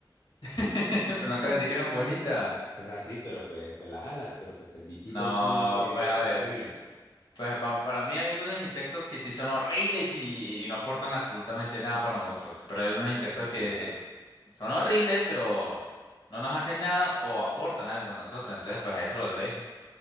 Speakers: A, on the left; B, on the left.
A: <laughs> Pero no acabo
B: Mm.
A: de decir que eran bonitas.
B: O sea, sí, pero pues, pues las alas, pero pues el bichito
A: No,
B: en sí eh,
A: <laughs> pues a ver,
B: es horrible.
A: pues pa- para mí hay algunos insectos que sí son horribles y, y no aportan absolutamente nada para nosotros, pero hay unos insectos
B: Pues sí,
A: que
B: la verdad.
A: son horribles, pero no nos hacen nada o aportan algo a nosotros, entonces pues a eso los dejo.